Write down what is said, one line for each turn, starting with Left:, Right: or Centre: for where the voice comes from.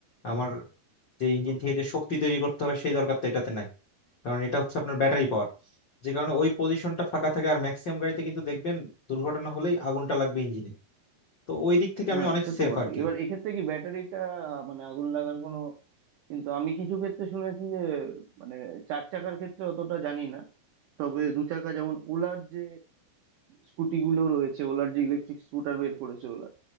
Left: আমার যে ইঞ্জিন থেকে যে শক্তি তৈরি করতে হবে সেই দরকার তো এটাতে নাই কারণ এটা হচ্ছে আপনার ব্যাটারি পাওয়ার যে কারণে ওই পজিশনটা ফাঁকা থাকে আর ম্যাক্সিমাম গাড়িতে কিন্তু দেখবেন দুর্ঘটনা হলেই আগুনটা লাগবে ইঞ্জিনে তো ওই দিক থেকে
Right: হ্যাঁ
Left: আমি অনেক
Right: সে
Left: সেফ
Right: তো বটে
Left: আর কি
Right: এবার এক্ষেত্রে কি ব্যাটারিটা আহ, মানে আগুন লাগার কোনো কিন্তু আমি কিছু ক্ষেত্রে শুনেছি যে মানে চার চাকার ক্ষেত্রে অতটা জানি না তবে দু চাকা যেমন ওলার যে স্কুটি গুলো রয়েছে ওলার যে ইলেকট্রিক স্কুটার বের করেছে ওলা